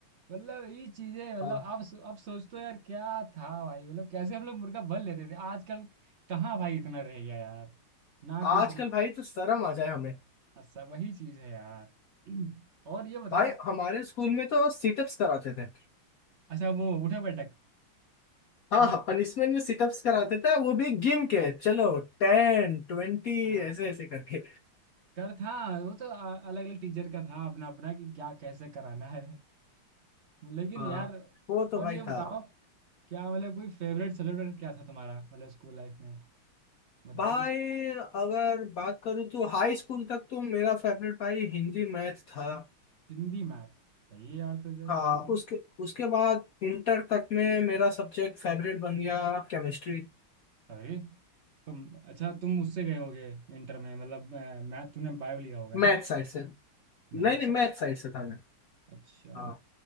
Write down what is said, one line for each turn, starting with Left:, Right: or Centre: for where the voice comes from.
Right: मतलब ये चीजें मतलब
Left: हाँ
Right: आप सो, आप सोचते हो यार क्या था भाई मतलब कैसे हम लोग मुर्गा बन लेते थे आजकल कहाँ भाई इतना रह गया यार ना कोई
Left: आजकल
Right: पनिशमेंट
Left: भाई तो शर्म आ जाए हमें
Right: सब वही चीज है यार और ये बताओ
Left: भाई हमारे स्कूल में तो सिटअप्स कराते थे
Right: अच्छा वो उठक बैठक
Left: हाँ
Right: हैं?
Left: हाँ पनिशमेंट में सिटअप्स कराते थे वो भी गिन के चलो टेन ट्वेंटी
Right: हाँ
Left: ऐसे ऐसे करके
Right: कर था वो तो अलग अलग टीचर का था अपना अपना कि क्या कैसे कराना है लेकिन
Left: हाँ
Right: यार
Left: वो तो
Right: और
Left: भाई
Right: ये बताओ
Left: था
Right: क्या मतलब कोई फेवरेट सब्जेक्ट क्या था तुम्हारा मतलब स्कूल लाइफ में बताओ
Left: भाई
Right: कुछ
Left: अगर बात करूँ तो हाई स्कूल तक तो मेरा फेवरेट भाई हिंदी मैथ था
Right: हिंदी मैथ सही है यार तुझे
Left: हाँ
Right: तो हिंदी
Left: उसके उसके बाद इंटर तक में मेरा सब्जेक्ट फेवरेट बन गया केमिस्ट्री
Right: अरे तुम अच्छा तुम उससे गए होगे इंटर में मतलब मैथ तूने बायो लिया होगा है
Left: मैथ साइड से नहीं
Right: मैथ
Left: नहीं मैथ
Right: से
Left: साइड से था मैं
Right: अच्छा
Left: हाँ